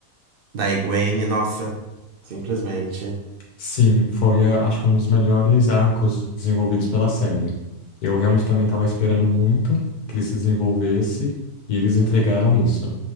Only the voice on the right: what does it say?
da Egwene, nossa, simplesmente.